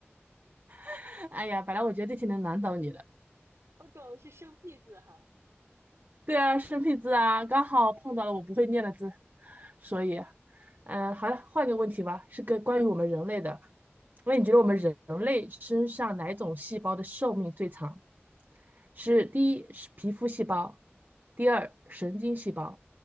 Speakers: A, on the right; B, on the right.
A: <laughs> 哎呀，本来我觉得这题能难倒你的。
B: 我懂，是生僻字哈。
A: 对啊，生僻字啊，刚好碰到了我不会念的字，所以，嗯，好了，换个问题吧，是个关于我们人类的。那你觉得我们人类身上哪种细胞的寿命最长？是第一是皮肤细胞，第二神经细胞，